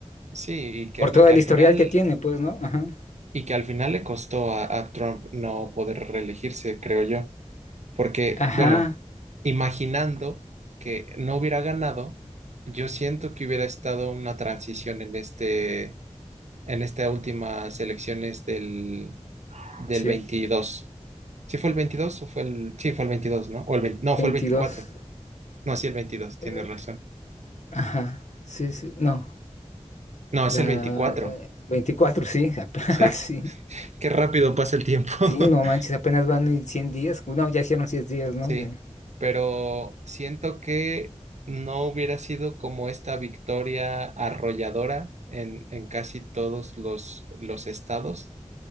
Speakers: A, on the right; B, on the left.
A: Sí, y que,
B: por
A: y
B: todo
A: que
B: el
A: al
B: historial
A: final...
B: que tiene, pues, ¿no? Ajá.
A: Y que al final le costó a, a Trump no poder reelegirse, creo yo. Porque,
B: Ajá,
A: bueno, imaginando que no hubiera ganado, yo siento que hubiera estado una transición en este, en estas últimas elecciones del, del
B: sí.
A: 22. ¿Sí fue el 22 o fue el...? Sí, fue el veintidós, ¿no? O el 20. no,
B: veintidós
A: fue el 24. No, sí, el veintidós. tienes
B: Eh,
A: razón.
B: Ajá, sí, sí, no,
A: No, es
B: la
A: el 24.
B: eh, 24, sí, <laughs> apenas,
A: Sí.
B: sí,
A: Qué rápido pasa el tiempo. <laughs>
B: sí, no manches, apenas van y 100 días, no, ya hicieron 100 días, ¿no?
A: Sí,
B: De...
A: pero siento que no hubiera sido como esta victoria arrolladora en, en casi todos los, los estados.